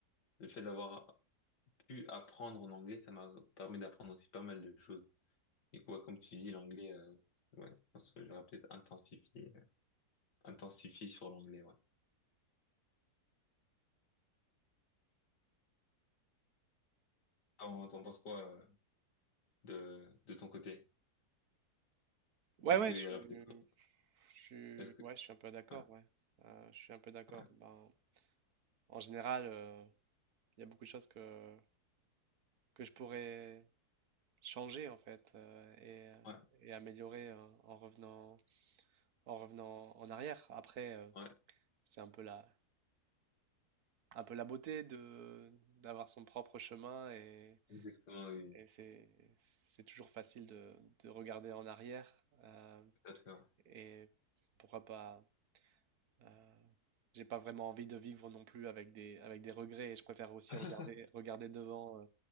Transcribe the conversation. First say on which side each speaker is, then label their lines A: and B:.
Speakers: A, on the left; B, on the right.
A: le fait d'avoir pu apprendre en anglais, ça m'a permis d'apprendre aussi pas mal de choses. Du coup, ouais, comme tu dis, l'anglais, euh, ouais, je pense que j'aurais peut-être intensifié, euh, intensifié sur l'anglais, ouais. T'en, t'en penses quoi, euh, de, de ton côté?
B: Ouais,
A: Est-ce
B: ouais,
A: qu'il
B: je,
A: y
B: suis-
A: aurait peut-être,
B: je suis-
A: est-ce que,
B: ouais, je suis un peu d'accord,
A: ouais,
B: ouais. Euh, je suis un peu d'accord.
A: ouais,
B: Ben, en général, euh, il y a beaucoup de choses que, que je pourrais changer, en fait, euh, et, euh,
A: ouais,
B: et améliorer euh, en revenant, en revenant en arrière. Après, euh,
A: ouais,
B: C'est un peu la, un peu la beauté de d'avoir son propre chemin et,
A: exactement, oui,
B: et c'est c'est toujours facile de, de regarder en arrière euh,
A: tout à fait, ouais.
B: et pourquoi pas. euh, j'ai pas vraiment envie de vivre non plus avec des avec des regrets et je préfère aussi
A: <laughs>
B: regarder regarder devant. euh,